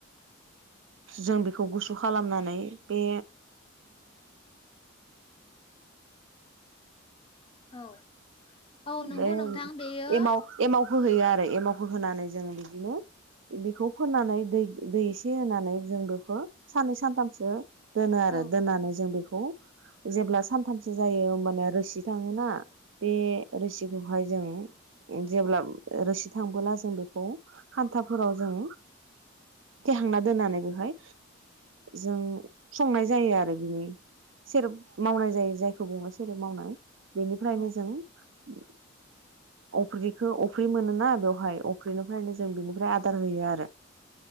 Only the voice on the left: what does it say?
औ। औ नंगौ
नोंथां बेयो
औ
औ
औ